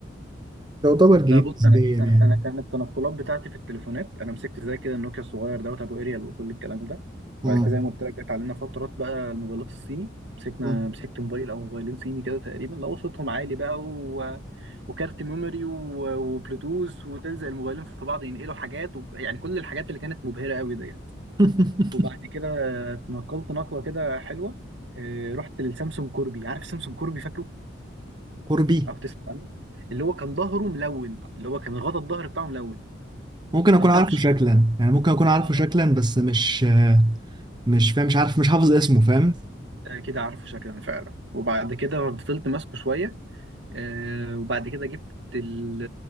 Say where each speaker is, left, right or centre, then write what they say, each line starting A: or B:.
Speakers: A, on the right; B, on the right.
A: جديد
B: لا بص
A: نسبيا
B: انا انا
A: يعني
B: أنا كان التنقلات بتاعتي في التليفونات انا مسكت زي كده النوكيا الصغير دوت ابو اريال وكل الكلام ده
A: مم.
B: بعد كده زي ما قلت لك جت علينا فترات بقى الموبايلات الصيني مسكنا
A: مم.
B: مسكت موبايل او موبايلين صيني كده تقريبا لو صوتهم عالي بقى و... وكارت ميموري و... وبلوتوث وتلزق الموبايلين في بعض ينقلوا حاجات و... يعني كل الحاجات اللي كانت مبهرة قوي ديت
A: <laughs>
B: وبعد كده اتنقلت نقلة كده حلوة آه، رحت للسامسونج كوربي عارف سامسونج كوربي فاكره
A: قربي
B: او تسمع عنه اللي هو كان ظهره ملون اللي هو كان غطا الظهر بتاعه ملون
A: ممكن اكون
B: كان
A: عارفه
B: تاتش
A: شكلا يعني ممكن اكون عارفه
B: اه
A: شكلا بس مش مش فاهم مش عارف مش حافظ اسمه فاهم
B: آه، كده عارفه شكلا فعلا وبعد كده فضلت ماسكه شويه آه، وبعد كده جبت ال-